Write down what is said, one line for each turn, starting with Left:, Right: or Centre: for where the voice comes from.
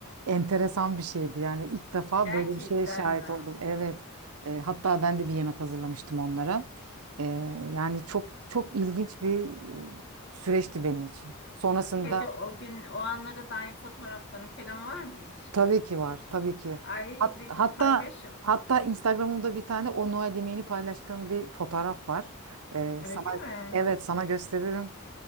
Right: enteresan bir şeydi. Yani ilk defa
Left: Gerçekten
Right: böyle bir şeye şahit
Left: mi?
Right: oldum. Evet. E, hatta ben de bir yemek hazırlamıştım onlara. E, yani çok çok ilginç bir e, süreçti benim için. Sonrasında
Left: Peki o gün o anlara dair fotoğrafların falan var mı hiç?
Right: tabii ki var, tabii ki.
Left: Ay
Right: Hat-
Left: bir
Right: hatta
Left: gün paylaş.
Right: hatta Instagram'ımda bir tane o Noel yemeğini paylaştığım bir fotoğraf var. E,
Left: Öyle
Right: sana
Left: mi?
Right: evet sana gösteririm.